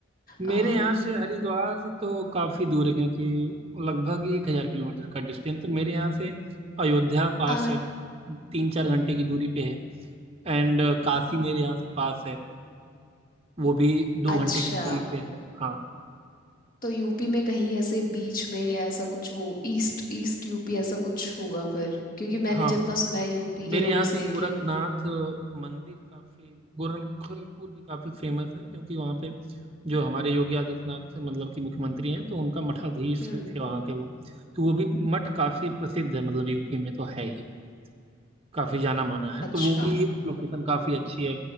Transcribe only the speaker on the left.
आ,
आ,
अच्छा
तो यूपी में कहीं ऐसे बीच में या ऐसा कुछ वो ईस्ट ईस्ट यूपी ऐसा कुछ होगा फिर क्योंकि मैंने
जितना सुना है यूपी के
लोगों
से
कि
हम्म
अच्छा